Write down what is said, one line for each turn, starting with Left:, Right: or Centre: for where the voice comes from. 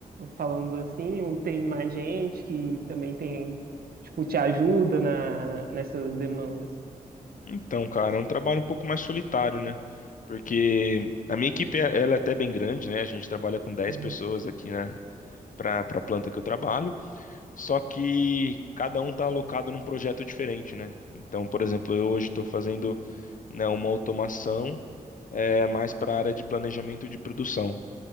Right: falando assim, ou tem mais gente que também tem, tipo, te ajuda na, nessas demandas.
Left: Então, cara, é um trabalho um pouco mais solitário, né? Porque a minha equipe, eh, ela é até bem grande, né? A gente trabalha com dez
Right: Uhum.
Left: pessoas aqui, né? Para para a planta que eu trabalho. Só que cada um está alocado num projeto diferente, né? Então, por exemplo, eu hoje estou fazendo, né, uma automação é, mais para a área de planejamento de produção.